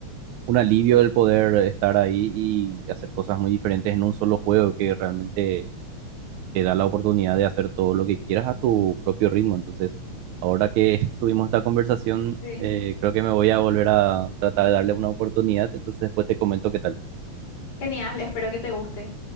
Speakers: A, on the right; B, on the left.
A: un alivio el poder estar ahí y hacer cosas muy diferentes en un solo juego que realmente te da la oportunidad de hacer todo lo que quieras a tu propio ritmo. Entonces, ahora que <laughs> tuvimos esta conversación,
B: Sí.
A: eh, creo que me voy a volver a tratar de darle una oportunidad. Entonces, después te comento qué tal.
B: Genial, espero que te guste.